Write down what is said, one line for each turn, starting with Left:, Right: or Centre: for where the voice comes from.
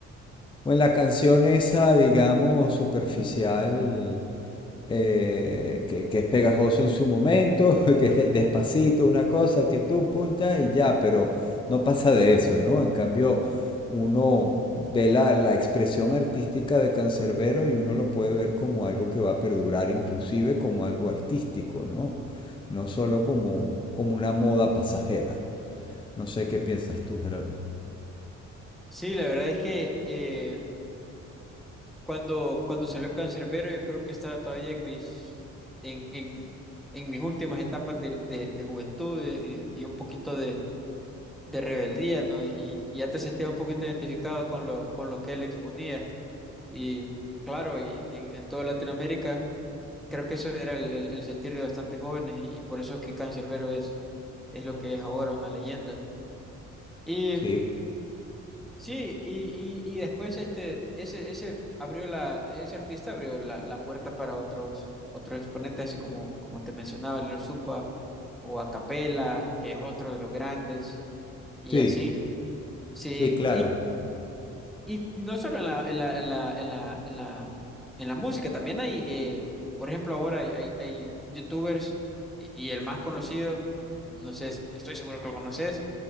Left: o en la canción esa, digamos, superficial eh, que, que es pegajoso en su momento, <laughs> que es de- despacito, una cosa que tú punta y ya, pero no pasa de eso, ¿no? En cambio, uno ve la, la expresión artística de Cancerbero y uno lo puede ver como algo que va a perdurar, inclusive como algo artístico, ¿no? No solo como, como una moda pasajera. No sé qué piensas tú, Gerardo.
Centre: Sí, la verdad es que eh, cuando, cuando salió Cancerbero yo creo que estaba todavía en mis, en, en, en mis últimas etapas de, de- de juventud eh, y, y un poquito de, de rebeldía, ¿no? Y, y ya te sentías un poquito identificado con lo, con lo que él exponía. Y claro, y en, en toda Latinoamérica, creo que eso era el, el- el sentir de bastantes jóvenes y, y por eso es que Cancerbero es, es lo que es ahora una leyenda. Y
Left: Sí,
Centre: sí, y, y, y después este, ese, ese abrió la, ese artista abrió la, la puerta para otros, otros exponentes, así como, como te mencionaba, Lil Supa o Acapella, que es otro de los grandes, y
Left: sí,
Centre: así. Sí,
Left: sí, claro.
Centre: Y no solo en la, en la, en la, en la, en la, en la música, también hay, eh, por ejemplo, ahora hay, hay, hay youtubers y y el más conocido, no sé, estoy seguro que lo conoces,